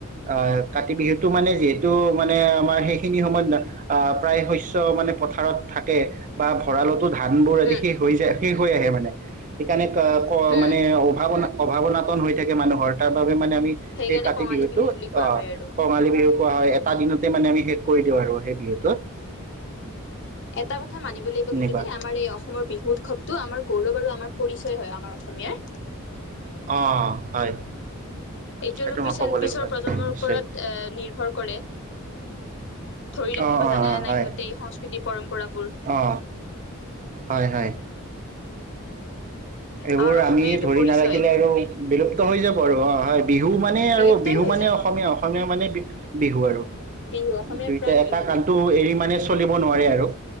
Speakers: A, on the right; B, on the left.
A: আহ, কাতি বিহুতটো মানে যিহেতু মানে, আমাৰ সেইখিনি সময়ত আহ প্ৰায় শস্য মানে পথাৰত থাকে বা ভঁৰালতো থাকে। ধানবোৰ এদি
B: উম
A: শেষ হৈ যায়, শেষ হৈ আহে মানে। সেইকাৰণে,
B: উম
A: মানে অভাৱনা অভাৱনাতন হৈ থাকে মানুহৰ ত <unintelligible> মানে আমি
B: সেইকাৰণে
A: সেই কাতি
B: কঙালী
A: বিহুতটো
B: বিহু বুলি কোৱা
A: অ'
B: হয় আৰু
A: কঙালী বিহু হয়, এটা দিনতে মানে আমি শেষ কৰি দিওঁ আৰু সেই বিহুটোত
B: এটা কথা মানিব লাগিব
A: এনেকুৱা
B: কিন্তু দেই, আমাৰ এই অসমৰ বিহু উৎসৱটো আমাৰ গৌৰৱ আৰু আমাৰ পৰিচয় হয় আমাৰ অসমীয়াৰ।
A: অঁ, হয়।
B: এইটো
A: সেইটো
B: আৰু পি
A: মই ক'ব লাগিব
B: পিছৰ
A: হয়
B: প্ৰজন্মৰ
A: নিশ্চয়
B: ওপৰত এ নিৰ্ভৰ কৰে ধৰি ৰাখিব
A: অ অ অ
B: জানেনেে নাই
A: হয়
B: সিহঁতে এই সংস্কৃতিৰ পৰম্পৰাবোৰ
A: অ হয় হয় এইবোৰ
B: আমাৰ অসমীয়া
A: আমি
B: এইটো
A: ধৰি
B: পৰিচয়
A: নাৰাখিলে আৰু বিলুপ্ত হৈ যাব আৰু অঁ হয় বিহু মানে
B: বিলুপ্তই
A: আৰু বিহু
B: হৈ
A: মানে
B: যাব
A: অসমীয়া অসমীয়া মানে বিহু আৰু
B: বিহু অসমীয়াৰ
A: দুইটা
B: প্ৰাণ
A: এটা
B: বিহু
A: কণটো এৰি মানে চলিব নোৱাৰে আৰু